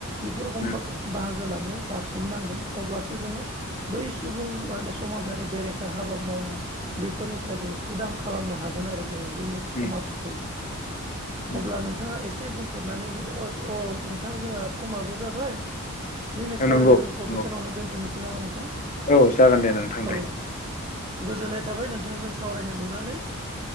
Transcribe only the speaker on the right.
बेफोर एखमबा
बाहागो लानायाव बारसोमनांगोन अब्लासो जोङो बै सुबुं माने समाजारि बेरेखा हाबा मावनाय बेफोरनिफ्राय जों उदां खालामनो हागोन आरो जोङो जोंनि
समाजखौ
अब्ला नोंथाङा एसे बुं हरनानै होदो अस अ नोंथां जोंहा समाबो जाबाय जोंनि सावरायनांगौखौ
बेखौनो दोनथ'नोसै नामा नोंथां
औ
गोजोननाय थाबाय नोंथांजों सावरायनो मोननानै